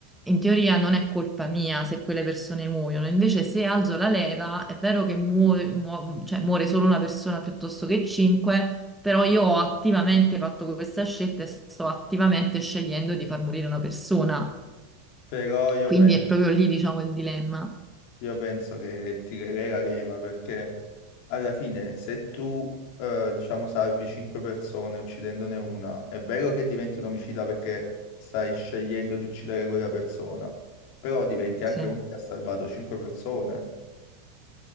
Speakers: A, in the centre; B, on the left.
A: in teoria non è colpa mia se quelle persone muoiono. Invece se alzo la leva, è vero che muore, muo- cioè, muore solo una persona piuttosto che cinque, però io ho attivamente fatto questa scelta e sto attivamente scegliendo di far morire una persona.
B: Però io
A: Quindi
B: penso,
A: è proprio lì, diciamo, il dilemma.
B: io penso che tirerei la leva perché alla fine se tu eh, diciamo salvi cinque persone uccidendone una, è vero che diventi un omicida perché stai scegliendo di uccidere quella persona, però diventi anche
A: Sì.
B: uno che ha salvato cinque persone.